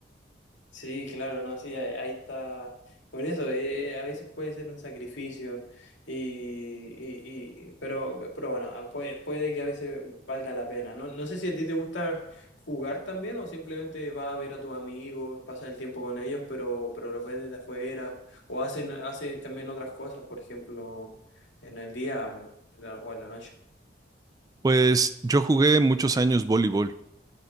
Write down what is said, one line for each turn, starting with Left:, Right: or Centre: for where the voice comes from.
Left: Sí, claro, no, sí, ahí, ahí está. Por eso, eh, a veces puede ser un sacrificio, y, y- y- pero, pero bueno, ah, puede, puede que a veces valga la pena. No, no sé si a ti te gusta jugar también o simplemente vas a ver a tus amigos, pasas el tiempo con ellos, pero, pero los ves desde afuera o hacen, haces también otras cosas, por ejemplo, en el día mm, en la- o en la noche.
Right: Pues yo jugué muchos años voleibol,